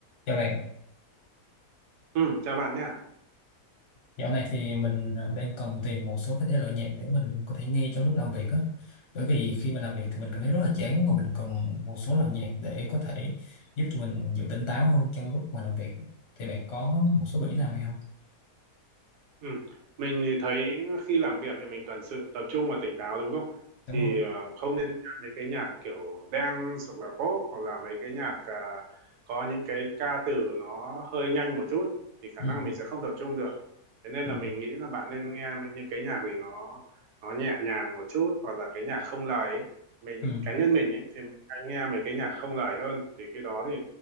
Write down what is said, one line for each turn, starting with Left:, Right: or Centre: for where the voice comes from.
Left: Chào bạn,
Right: Ừ, chào bạn nhé.
Left: dạo này thì mình ờ, đang cần tìm một số cái thể loại nhạc để mình có thể nghe trong lúc làm việc á. Bởi vì khi mà làm việc thì mình cảm thấy rất là chán và mình cần một số loại nhạc để có thể giúp cho mình giữ tỉnh táo hơn trong lúc mà làm việc. Thì bạn có một số gợi ý nào hay không?
Right: Ừ. Mình thì thấy khi làm việc thì mình cần sự tập trung và tỉnh táo đúng không?
Left: Đúng
Right: Thì
Left: rồi.
Right: ờ, không nên nghe mấy cái nhạc kiểu dance hoặc là pop hoặc là mấy cái nhạc ờ, có những cái ca từ nó hơi nhanh một chút thì khả
Left: ừ,
Right: năng mình sẽ không tập trung được. Thế nên
Left: Ừ.
Right: là mình nghĩ là bạn nên nghe những cái nhạc gì nó nó nhẹ nhàng một chút hoặc là cái nhạc không lời ấy. Mình
Left: Ừ.
Right: cá nhân mình ấy, thì mình hay nghe mấy cái nhạc không lời hơn thì khi đó thì